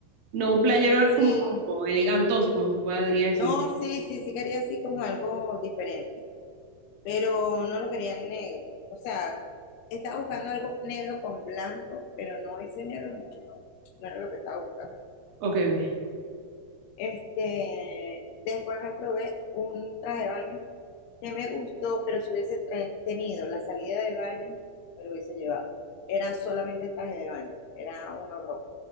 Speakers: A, on the right; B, on the left.
A: No un playero
B: sí,
A: como elegantoso, como se podría decir.
B: no, sí, sí, sí quería así como algo diferente. pero no lo querían negro. O sea, estaba buscando algo negro con blanco, pero no ese negro no, no, no era lo que estaba buscando.
A: Ok, ve.
B: Este, después me probé un traje de baño que me gustó, pero si hubiese tra- tenido la salida de baño, me lo hubiese llevado. Era solamente el traje de baño, era uno rojo.